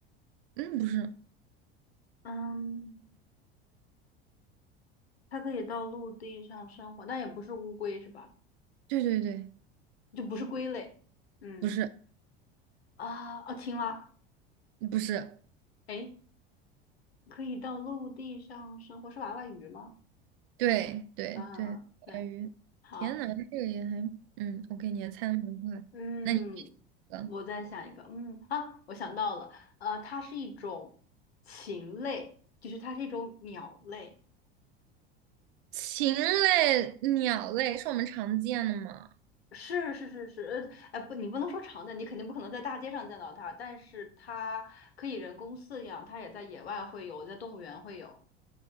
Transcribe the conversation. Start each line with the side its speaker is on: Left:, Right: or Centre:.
Right: 嗯，不是，
Left: 嗯，它可以到陆地上生活，但也不是乌龟是吧？
Right: 对对对，
Left: 就不是龟类。嗯
Right: 不是
Left: 啊哦，青蛙。
Right: 不是，
Left: 诶，可以到陆地上生活，是娃娃鱼吗？
Right: 对对对，
Left: 嗯，对，
Right: 小鱼，
Left: 好。
Right: 天呐，这个也还，嗯我给你还猜的蛮快。
Left: 嗯，
Right: 那你一个
Left: 我再想一个，嗯啊，我想到了，呃，它是一种禽类，就是它是一种鸟类，
Right: 禽类、鸟类是我们常见的吗？
Left: 是是是是，呃，哎不，你不能说常见，你肯定不可能在大街上见到它，但是它可以人工饲养，它也在野外会有，在动物园会有，